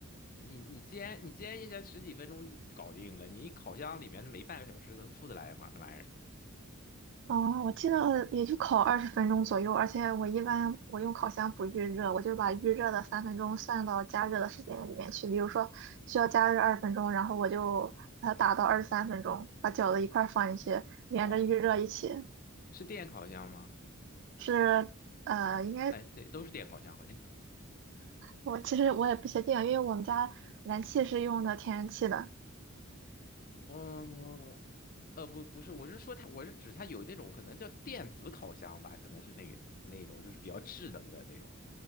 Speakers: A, on the left; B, on the right.
A: 你你煎你煎一下十几分钟就就搞定了，你烤箱里面没半个小时能出得来吗？那玩意儿，
B: 哦，我记得也就烤二十分钟左右，而且我一般我用烤箱不预热，我就把预热的三分钟算到加热的时间里面去。比如说需要加热二十分钟，然后我就把它打到二十三分钟，把饺子一块儿放进去，连着预热一起。
A: 哦，是电烤箱吗？
B: 是呃，应该
A: 哎，对，都是电烤箱，好像。
B: 我其实我也不确定，因为我们家燃气是用的天然气的。
A: 嗯，呃，不，不是，我是说它，我是指它有这种可能叫电子烤箱吧，可能是那个那种就是比较智能的那种，